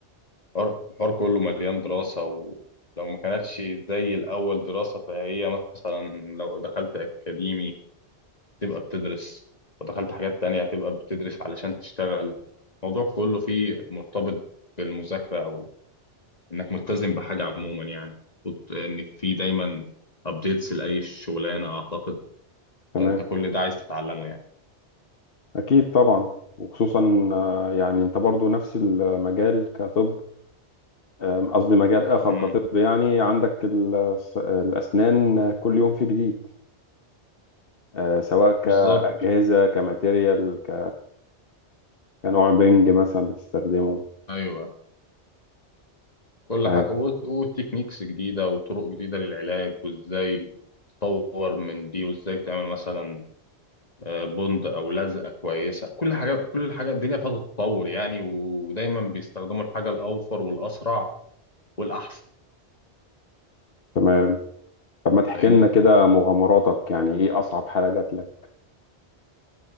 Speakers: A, on the left; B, on the left.
A: الحوار الحوار كله مليان دراسه ولو ما كانتش زي الاول دراسه فهي مثلا لو دخلت اكاديمي تبقى بتدرس ودخلت حاجات تانية هتبقى بتدرس علشان تشتغل الموضوع كله فيه مرتبط بالمذاكره انك ملتزم بحاجه عموما يعني المفروض انك في دايما ابديتس لاي شغلانه اعتقد
B: تمام
A: فانت كل ده عايز تتعلمه يعني
B: أكيد طبعا وخصوصا آه، يعني أنت برضو نفس المجال كطب أم، قصدي مجال آخر
A: امم
B: كطب يعني عندك ال- الس- الأسنان كل يوم في جديد أه، سواء كأجهزة
A: بالظبط
B: كماتيريال ك- كنوع بنج مثلا بتستخدمه
A: ايوه كل
B: أه،
A: حاجه وت- وتكنيكس جديده وطرق جديده للعلاج وازاي تطور من دي وازاي تعمل مثلا آه، بند او لزقه كويسه كل حاجه كل حاجه الدنيا فيها تتطور يعني ودايما بيستخدموا الحاجه الاوفر والاسرع والاحسن
B: تمام طب ما تحكي
A: فاهمني
B: لنا كده مغامراتك يعني إيه أصعب حالة جات لك